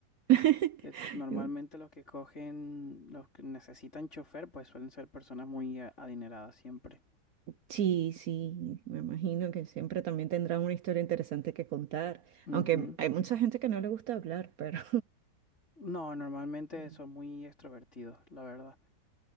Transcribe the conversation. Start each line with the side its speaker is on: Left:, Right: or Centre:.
Right: <laughs>
Left: Que normalmente los que cogen, los que necesitan chofer, pues suelen ser personas muy eh, adineradas siempre.
Right: Sí, sí, me imagino que siempre también tendrán una historia interesante que contar,
Left: Ujú.
Right: aunque hay mucha gente que no le gusta hablar, pero...
Left: No, normalmente
Right: <laughs>
Left: son muy extrovertidos, la verdad.